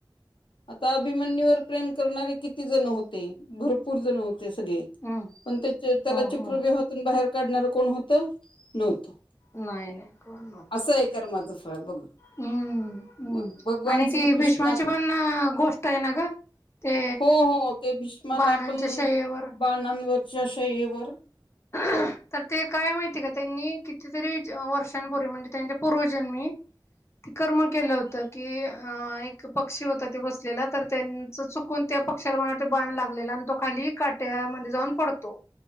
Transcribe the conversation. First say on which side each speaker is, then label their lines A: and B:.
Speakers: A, on the left; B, on the left.
A: आता अभिमन्यवर प्रेम करणारे किती जण होते भरपूर जण हो सगळे
B: हम्म
A: पण त्या त्याला
B: हो
A: चक्र
B: हो
A: बहतून बाहेर काढणारं कोण होतं नव्हतं.
B: नाही नाही कोण नव्हतं.
A: असं आहे कर्माचं फळ बघ
B: हम्म हम्म
A: भगवान
B: आणि
A: श्रीकृष्णात
B: ती भीष्माची पण गोष्ट आहे ना ग ते
A: हो हो ते भीष्माला
B: बाणांच्या
A: पण
B: शय्येवर
A: बाणांवरच्याशयेवर
B: तर ते काय माहिती आहे का त्यांनी कितीतरी वर्षांपूर्वी म्हणजे त्यांच्या पूर्वजन्मी ते कर्म केलं होत की एक पक्षी होता ते बसलेला तर त्यांच चुकून पक्षाला मला बांध लागलेला आणि तो खाली काट्यामध्ये जाऊन पडतो